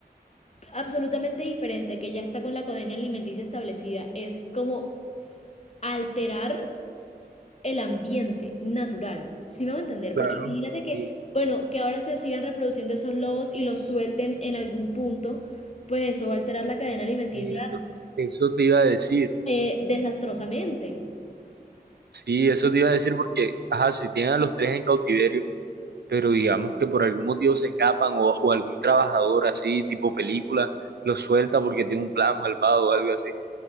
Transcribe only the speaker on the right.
Claro.
Y,
y esto- Eso te iba a decir,
sí, eso te iba a decir porque, ajá, si tienen a los tres en cautiverio, pero digamos que por algún motivo se escapan o, o algún trabajador así, tipo película, los suelta porque tiene un plan malvado o algo así.